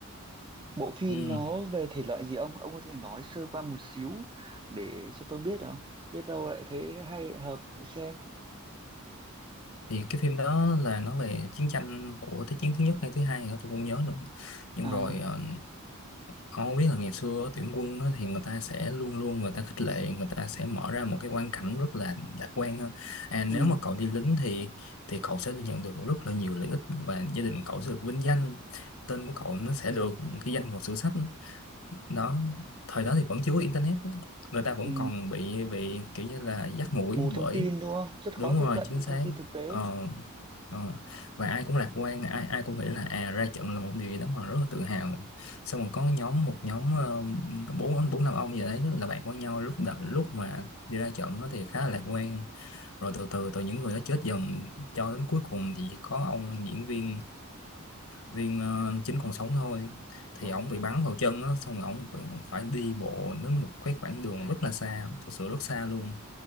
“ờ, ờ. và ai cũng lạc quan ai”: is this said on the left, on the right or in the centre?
Left